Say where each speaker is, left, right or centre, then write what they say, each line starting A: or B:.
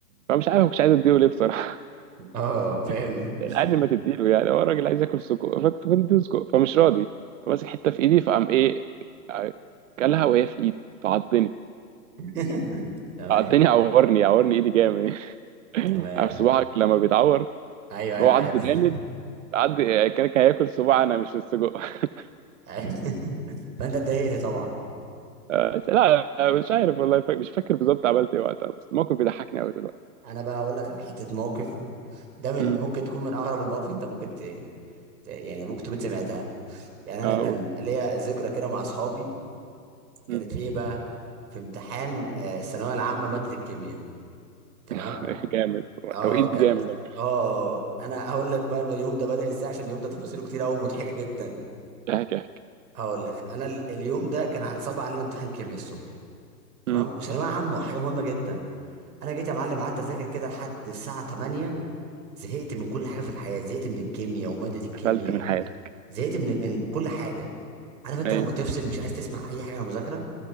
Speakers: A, on the right (about 50°); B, on the right (about 65°).
A: فمش عارف مش عايز اديه ليه بصراحه
B: اه فاهم
A: <laughs> يعني قال لي ما تديله يعني هو الراجل عايز ياكل سجق فكنت بديه سجق فمش راضي فماسك حته في ايدي فقام ايه آه، كلها وهي في ايدي فعضني
B: <laughs> تمام
A: عضني عورني عورني ايدي جامد
B: تمام
A: عارف صباعك لما بيتعور
B: ايوه ايوه
A: هو
B: عارف
A: عض جامد
B: <laughs>
A: عض كان كان هياكل صباع انا مش السجق <laughs>
B: عارف. فانت اتضايقت طبعا
A: آه، لا لا، مش عارف والله فا- مش فاكر بالظبط عملت ايه وقتها بس الموقف بيضحكني قوي دلوقتي
B: انا بقى اقول لك على حته موقف ده من
A: امم
B: ممكن تكون من اغرب المواقف انت ممكن ت... ت- يعني ممكن تكون سمعتها يعني انا
A: اه
B: كان
A: أقول.
B: ليا ذكرى كده مع اصحابي كانت
A: أمم.
B: في ايه بقى في امتحان آه، الثانويه العامه ماده الكيمياء تمام
A: <laughs> جامد
B: اه
A: توقيت
B: كانت
A: جامد أوي.
B: اه انا هقول لك بقى اليوم ده بدأ ازاي عشان اليوم ده تفاصيله كتير قوي مضحكه جدا
A: احكي احكي
B: هقول لك انا ال- اليوم ده كان صعب علينا امتحان كيمياء الصبح تمام
A: امم
B: وثانويه عامه وحاجه مهمه جدا انا جيت يا معلم قعدت اذاكر كده لحد الساعه 8 زهقت من كل حاجه في الحياه زهقت من الكيمياء وماده الكيمياء
A: قفلت من
B: و...
A: حياتك
B: زهقت من من كل حاجه عارف انت
A: اي
B: لما تفصل مش عايز تسمع اي حاجه عن المذاكره